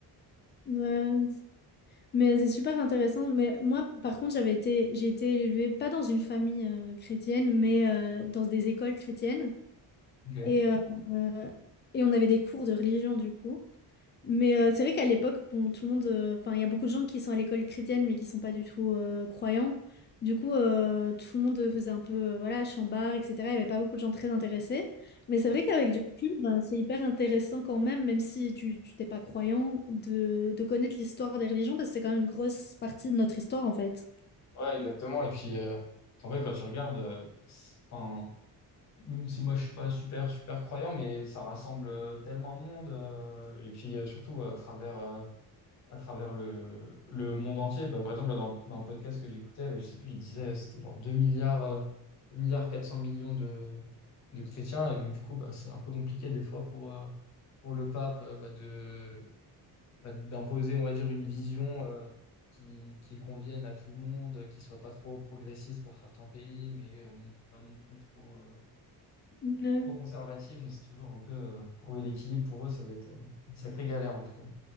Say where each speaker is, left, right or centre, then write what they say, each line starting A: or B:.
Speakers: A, on the left; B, on the left.
A: ouais. mais c'est super intéressant. Mais moi, par contre, j'avais été, j'ai été élevée, pas dans une famille euh, chrétienne, mais euh, dans des écoles chrétiennes.
B: Ok. Ouais.
A: Et, euh, euh, et on avait des cours de religion, du coup. Mais euh, c'est vrai qu'à l'époque, bon, tout le monde, euh, enfin, il y a beaucoup de gens qui sont à l'école chrétienne, mais qui sont pas du tout euh, croyants. Du coup, euh, tout le monde faisait un peu, euh, voilà, chambard, etc. Il y avait pas beaucoup de gens très intéressés. Mais c'est vrai qu'avec du recul, ben, c'est hyper intéressant quand même, même si tu, tu t'es pas croyant, de, de connaître l'histoire des religions, parce que c'est quand même une grosse partie de notre histoire, en fait.
B: Ouais, exactement. Et puis, euh, en fait, quand tu regardes, euh, c'est- enfin, même si moi je suis pas super, super croyant, mais ça rassemble euh, tellement de monde. euh, et puis, euh, surtout à travers, euh, à travers le, le monde entier. Bah, par exemple, là, dans, dans un podcast que j'écoutais, ouais, je sais plus, il disait, euh, c'était genre deux milliards, euh, 2 milliards 400 millions de, de chrétiens. Et donc, du coup, bah, c'est un peu compliqué des fois pour, euh, pour le pape, euh, bah, de, bah, d'imposer, on va dire, une vision euh, qui, qui convienne à tout le monde, euh, qui soit pas trop progressiste pour certains pays, mais euh, non, pas non plus trop, euh,
A: Ouais.
B: trop conservative. Donc, c'est toujours un peu euh, trouver l'équilibre pour eux, ça doit être euh, une sacrée galère en tout cas.